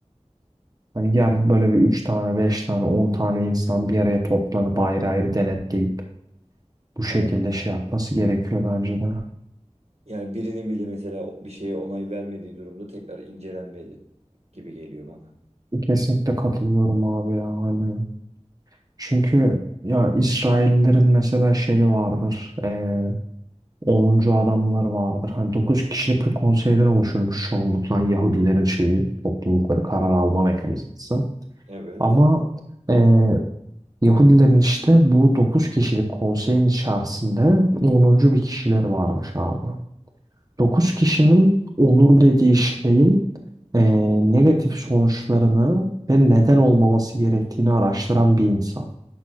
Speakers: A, on the right; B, on the right.
A: hani ger böyle bir 3 tane beş tane 10 tane insan bir araya toplanıp ayrı ayrı denetleyip bu şekilde
B: Aynen.
A: şey yapması gerekiyor bence de.
B: Yani birinin bile mesela bir şeye onay vermediği durumda tekrar incelenmeli gibi geliyor bana.
A: Kesinlikle katılıyorum abi ya hani. Çünkü ya İsraillerin mesela şeyi vardır. eee 10. adamları vardır. Hani 9 kişilik bir konseyden oluşurmuş çoğunlukla Yahudilerin şeyi, toplulukları, karar alma mekanizması.
B: Evet.
A: Ama eee, Yahudilerin işte bu 9 kişilik konseyin içerisinde onuncu bir kişileri varmış abi. 9 kişinin onur dediği şeyin eee, negatif sonuçlarını ve neden olmaması gerektiğini araştıran bir insan.